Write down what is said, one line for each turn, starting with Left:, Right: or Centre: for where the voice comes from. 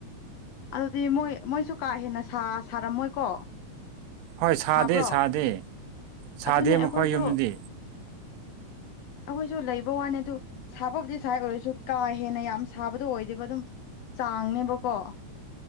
Left: ꯑꯗꯨꯗꯤ ꯃꯣꯏ ꯃꯣꯏꯁꯨ ꯀꯥ ꯍꯦꯟꯅ ꯁꯥ ꯁꯥꯔꯝꯃꯣꯏꯀꯣ
Right: ꯍꯣꯏ ꯁꯥꯗꯦ
Left: ꯁꯥꯕ꯭ꯔꯣ
Right: ꯁꯥꯗꯦ ꯁꯥꯗꯦ
Left: ꯑꯗꯨꯅꯦ ꯑꯩꯈꯣꯏꯁꯨ
Right: ꯃꯈꯣꯏ ꯌꯨꯝꯗꯗꯤ
Left: ꯑꯩꯈꯣꯏꯁꯨ ꯂꯩꯕ ꯋꯥꯅꯤ ꯑꯗꯨ ꯁꯥꯕꯕꯨꯗꯤ ꯁꯥꯏ ꯑꯣꯏꯔꯁꯨ ꯀꯥ ꯍꯦꯟꯅ ꯌꯥꯝ ꯁꯥꯕꯗꯣ ꯑꯣꯏꯗꯦꯕ ꯑꯗꯨꯝ ꯆꯥꯡꯅꯦꯕꯀꯣ